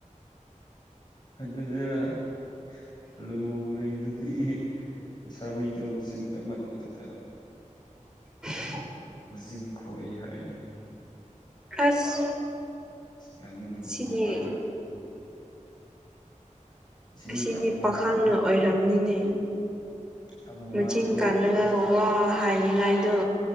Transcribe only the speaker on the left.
ꯑ ꯑꯗꯨꯁꯗ <inaudible> ꯂꯨꯔꯤꯗꯨꯗꯤ ꯂꯩꯁꯥꯕꯤꯗꯣ ꯃꯆꯤꯟ ꯀꯥꯟꯃꯟꯕꯗꯨꯗ
ꯃꯆꯤꯟ ꯈꯣꯏ ꯍꯥꯏꯅꯤ
ꯌꯥꯝ
ꯅꯨꯡꯉꯥꯏꯇ ꯁꯤꯗꯤ
ꯌꯥꯝ ꯅꯨꯡꯉꯥꯏꯇꯕ
ꯌꯥꯝ ꯅꯨꯡꯉꯥꯏꯇꯕ